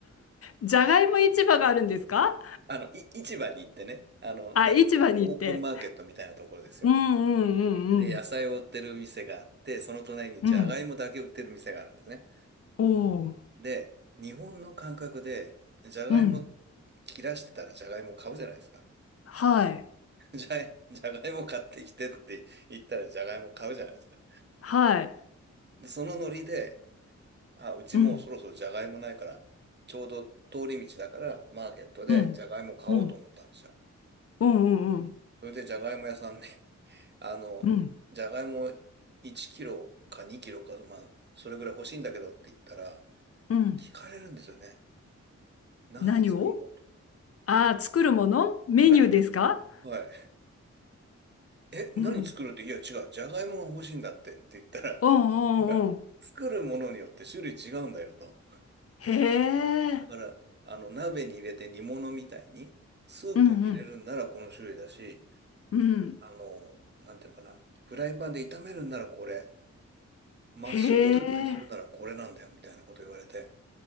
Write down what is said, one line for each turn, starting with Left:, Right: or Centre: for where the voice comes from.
Left: じゃがいも市場があるんですか
Right: あの、い、市場に行ってね、あの、
Left: あ市場に行って
Right: なんていうのかな、オープンマーケットみたいなところですよ。
Left: うんうんうん
Right: で、野菜を売ってる店があって、その隣にジャガイモだけ売ってる店があるんですね。
Left: うんうんおお
Right: で、日本の感覚で、ジャガイモ
Left: うん
Right: 切らしてたらジャガイモ買うじゃないですか。
Left: はい
Right: <laughs> じゃ、ジャガイモ買ってきてって言ったらジャガイモ買うじゃないですか。
Left: はい
Right: で、そのノリで、あ、うちもうそろそろジャガイモないから、
Left: うん
Right: ちょうど通り道だからマーケットでジャガイモ買おうと思ったんですよ。
Left: うん、うん、うん、うん、うん、
Right: それでジャガイモ屋さんね、<laughs> あの、
Left: うん、
Right: ジャガイモいも1キロか2キロか、まあ、それぐらい欲しいんだけどって言ったら、
Left: うん
Right: 聞かれるんですよね。何作るのと。
Left: 何をああー、作るものメニューですか
Right: はい。はい。え、何作るって、
Left: うん、
Right: いや、違う。じゃがいもが欲しいんだってって言ったら、
Left: うん、
Right: いや、
Left: うん、うん。
Right: 作るものによって種類違うんだよと。
Left: へえ、
Right: だから、あの、鍋に入れて煮物みたいに、スープに入れるんならこの種類だし、
Left: うん、うん、うん。
Right: あの、なんていうのかな。フライパンで炒めるんならこれ、マッシュポテトにするならこれなんだよ、
Left: へえ。
Right: みたいなこと言われて。